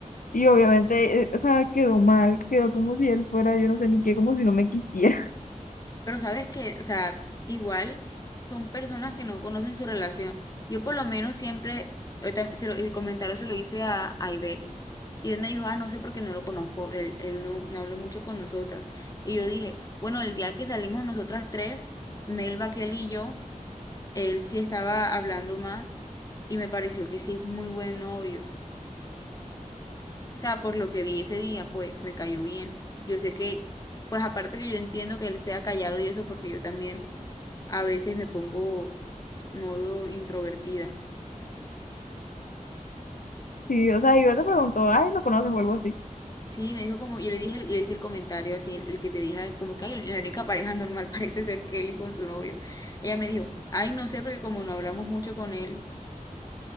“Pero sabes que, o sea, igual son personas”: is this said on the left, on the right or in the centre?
Left